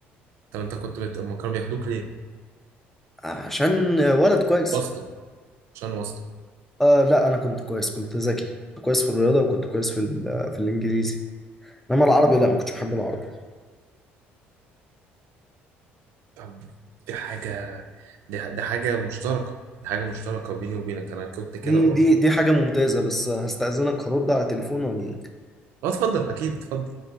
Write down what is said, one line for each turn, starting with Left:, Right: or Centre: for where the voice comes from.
Right: طب انت كنت بت... أما كانوا بياخدوك ليه
Centre: عشان ولد كويس
Right: واسطة عشان واسطة
Centre: آه لا انا كنت كويس كنت ذكي كنت كويس في الرياضه وكنت كويس في ال- في الانجليزي انما العربي لا ما كنتش بحب العربي
Right: طب دي حاجة دي, دي حاجة مشتركة دي حاجة مشتركة بيني وبينك أنا كنت كده
Centre: دي
Right: برضه
Centre: دي دي حاجه ممتازه بس هستأذنك هرد على تليفون واجيلك
Right: اه اتفضل أكيد اتفضل